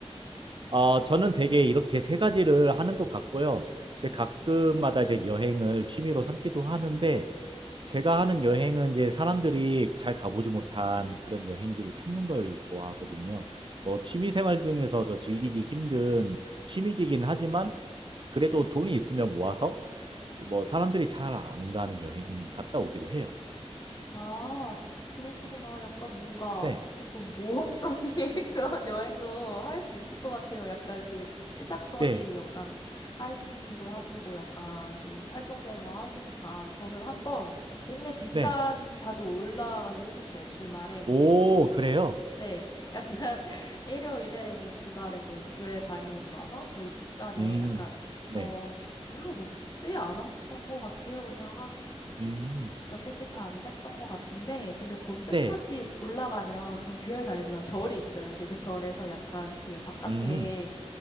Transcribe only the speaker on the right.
어, 저는 되게 이렇게 세 가지를 하는 것 같고요. 제 가끔마다 이제 여행을 취미로 삼기도 하는데, 제가 하는 여행은 이제 사람들이 잘 가보지 못한 그런 여행지를 찾는 걸 좋아하거든요. 뭐, 취미 생활 중에서 저 즐기기 힘든 취미이긴 하지만, 그래도 돈이 있으면 모아서, 뭐, 사람들이 잘 안 가는 여행 갔다 오기도 해요.
네,
네,
네.
오,
그래요?
음,
네.
음,
네,
음,